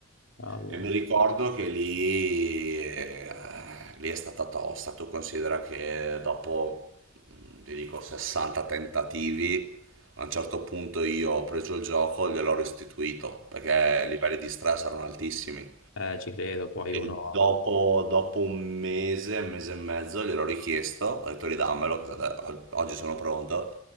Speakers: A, on the left; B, on the right.
A: Cavolo.
B: E mi ricordo che lì, eh, lì è stata tosta. Tu considera che dopo, mh, ti dico, 60 tentativi, a un certo punto io ho preso il gioco e gliel'ho restituito, perché i livelli di stress erano altissimi.
A: Eh, ci credo, poi
B: E
A: uno...
B: dopo, dopo un mese, un mese e mezzo gliel'ho richiesto, ho detto ridammelo, che state- o- oggi sono pronto.